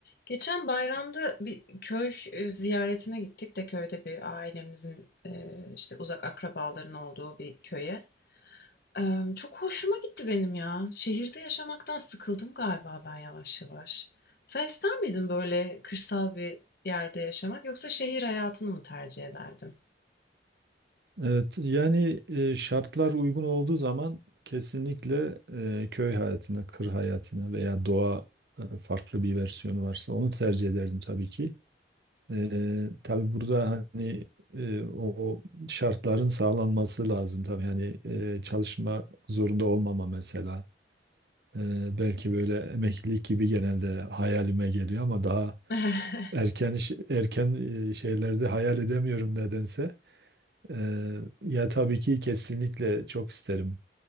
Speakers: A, on the left (about 55°); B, on the right (about 65°).
A: Geçen bayramda bir köy e, ziyaretine gittik de köyde bir ailemizin e, işte uzak akrabaların olduğu bir köye. E, Çok hoşuma gitti benim ya. Şehirde yaşamaktan sıkıldım galiba ben yavaş yavaş. Sen ister miydin böyle kırsal bir yerde yaşamak yoksa şehir hayatını mı tercih ederdin?
B: Evet, yani e, şartlar uygun olduğu zaman kesinlikle e, köy hayatına, kır hayatına veya doğa e, farklı bir versiyonu varsa onu tercih ederdim tabii ki. E, tabii burada hani e, o o şartların sağlanması lazım tabii. Hani e, çalışma zorunda olmama mesela. E, belki böyle emeklilik gibi genelde hayalime geliyor ama daha
A: <laughs>
B: erken iş- erken e, şeylerde hayal edemiyorum nedense. Ee, ya tabii ki kesinlikle çok isterim.